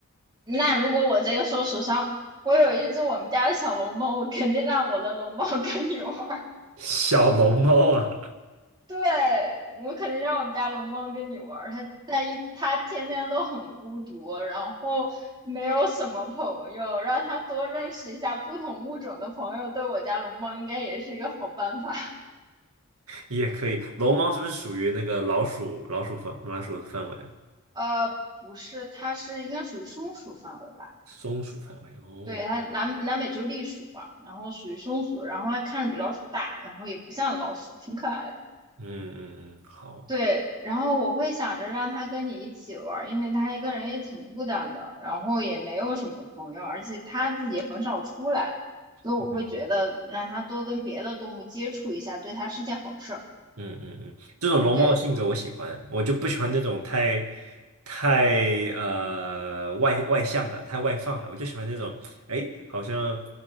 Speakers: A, on the right (about 20°); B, on the right (about 80°).
A: 那如果我这个时候手上我有一只我们家的小龙猫，我肯定让我的龙猫 <laughs> 跟你玩。
B: 小龙猫啊，
A: 对，我肯定让我们家龙猫跟你玩儿，它它一它天天都很孤独，然后没有什么朋友，让它多认识一下不同物种的朋友，对我家龙猫应该也是一个好办法。<laughs>
B: 也可以。龙猫是不是属于那个老鼠老鼠范老鼠的范围？
A: 呃，不是，它是应该属于松鼠范围吧？
B: 松鼠范围哦，
A: 对，它南南美洲栗鼠嘛，然后属于松鼠，然后它看着比老鼠大，然后也不像老鼠，挺可爱的。
B: 嗯嗯嗯，好。
A: 对，然后我会想着让他跟你一起玩儿，因为他一个人也挺孤单的，然后也没有什么朋友，而且他自己很少出来，所以我会觉得让他多跟别的动物接触一下，
B: 嗯
A: 对他是件好事儿。
B: 嗯嗯嗯，这种龙猫的性格我喜欢，
A: 对，
B: 我就不喜欢那种太太呃外外向的，太外放了，我就喜欢那种哎，好像